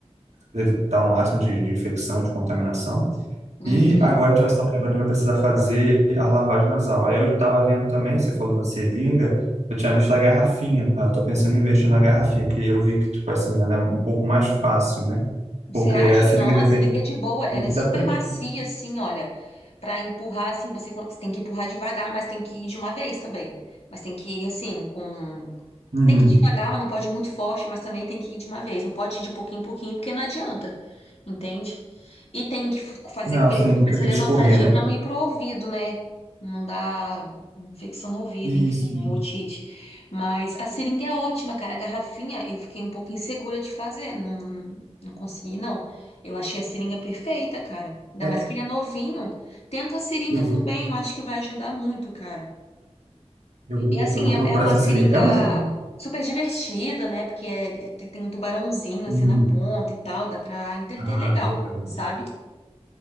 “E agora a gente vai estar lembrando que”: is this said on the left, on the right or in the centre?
Right